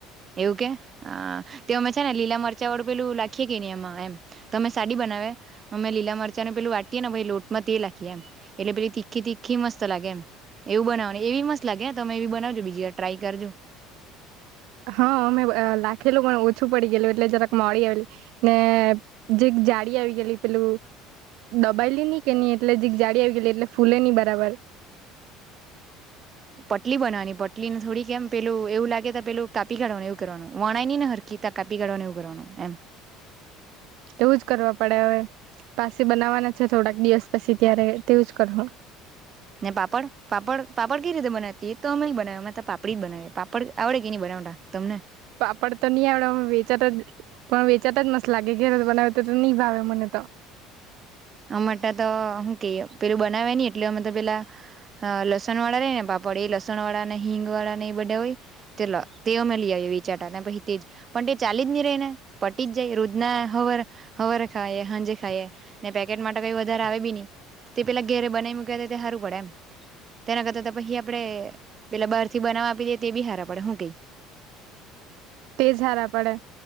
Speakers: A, on the right; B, on the right.
A: એવું કે હા તે અમે છે ને લીલા મરચા વાળું પેલું લખીએે કે ને એમાં એમ અમે સાડી બનાવે અમે લીલા મરચાને પેલ વાટટીએેને પછ લોટમાં તેલ લખીએ એમ એટલે પેલી તીખી તીખી મત લાગે એમ એવું બનાવનું એવી મસલા કે તમે એવી બનાવજો બીજી વાર ટ્રાય કરજો
B: હા અમે લાખેલું ઓછું પડી ગયલું એટલે જરાક મળી આવેલી ને જે જાળી આવી ગયલી પલું દબાયેલી નહી કે નહી એટલે જે જાળી આવી ગયલી એટલે ફૂલે નહ બરાબર
A: પટલી બનવાની પટલીને થોડી કેમ પેલું એવું લાગે પેલું કાપી કાઢવા એવું કરવાનું વાણ નઈને હરકીતા કાપી કાઢવાને એવું કરવાનું એમ
B: એવું જ કરવા પડે હવે પાસે બનાવવાના છે થોડાક દિવસ પછી ત્યારે તેવું જ કરવું
A: ને પાપડ પાપડ પાપડ ક રીતે મનેતી તો અમે બનાવે એમાં તો પાપડી જ બનાવી પાપડ આવડે કે નની બનાવડા તમને
B: પાપડ તો નહી આવડે વેચાતા પણ વેચાતા જ મસ્ત લાગે ગેર બનાવે તો તો નહી ભાવે મને તો
A: અમાટા તો શું કહીએ પેલું બનાવે નહી એટલે અમે તો પેલા લસણ વાળા રહી ને પાપડ એ લસણ વાળા હિંગ વાળા ન બ હોય તો તે અમે લએ ચાટાને પછી તે ચાલી જ નહી રહી ને પટી જ જાય રોજ ના હવર હવર ખાય હાજે ખાઈ ને પેકેટ માટે કઈ વધારે આવે બી ન તે પેલા ઘેરે બનાવી મૂક્યા તે સારું પડે એમ તેના કરતા તો પછી આપડે પેલા બહાર થી બનાવવા આપી દેએ તે બી હારા પડે હું કઈ
B: તે સારા પડે